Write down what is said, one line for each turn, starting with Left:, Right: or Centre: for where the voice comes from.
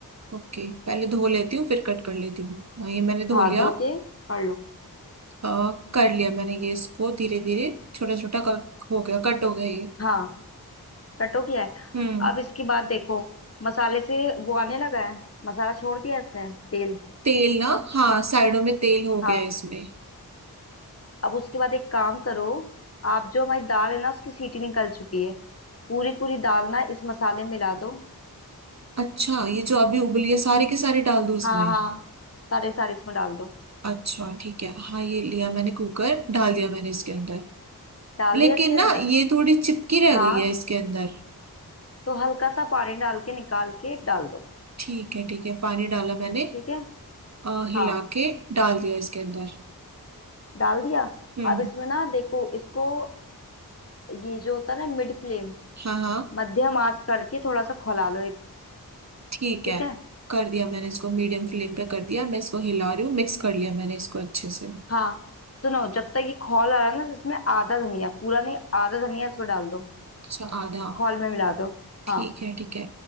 Right: ओके पहले धो लेती हूँ फिर कट कर लेती हूँ हाँ, ये मैंने धो
Left: हाँ
Right: लिया
Left: धो के पढ़ लो
Right: अ, कर लिया मैंने ये इसको धीरे धीरे छोटा छोटा कर हो गया कट हो गया ये
Left: हाँ कटो किया है
Right: हम्म
Left: अब इसके बाद देखो मसाले से वो आने लगा है मसाला छोड़ दिया इसने तेल
Right: तेल ना हाँ साइडों में तेल हो
Left: हाँ
Right: गया इसमें
Left: अब उसके बाद एक काम करो आप जो हमारी दाल है ना उसकी सीटी निकल चुकी है पूरी पूरी दाल ना इस मसाले में मिला दो
Right: अच्छा ये जो अभी उबली है सारे के सारे डाल दूँ इसमें
Left: हाँ हाँ सारे सारे इसमें डाल दो
Right: अच्छा ठीक है हाँ ये लिया मैंने कुकर डाल दिया मैंने इसके अंदर
Left: डाल
Right: लेकिन
Left: दिया इसके अंदर
Right: ना ये थोड़ी चिपकी रह
Left: हाँ
Right: गई है इसके अंदर
Left: तो हल्का सा पानी डाल के निकाल के डाल दो
Right: ठीक है ठीक है पानी डाला मैंने
Left: ठीक है
Right: अ, हिला
Left: हाँ
Right: के डाल दिया इसके अंदर
Left: डाल दिया
Right: हम्म
Left: अब इसमें ना देखो इसको ये जो होता है ना मिड फ्लेम
Right: हाँ हाँ
Left: मध्यम आंच करके थोड़ा सा खौला लो एक
Right: ठीक
Left: ठीक
Right: है
Left: है
Right: कर दिया मैंने इसको मीडियम फ्लेम पे कर दिया मैं इसको हिला रही हूँ मिक्स कर लिया मैंने इसको अच्छे से
Left: हाँ सुनो जब तक ये खौल आ रहा है ना इसमें आधा धनिया पूरा नहीं आधा धनिया इसमें डाल दो
Right: अच्छा आधा
Left: खौल में मिला दो
Right: ठीक
Left: हाँ
Right: है ठीक है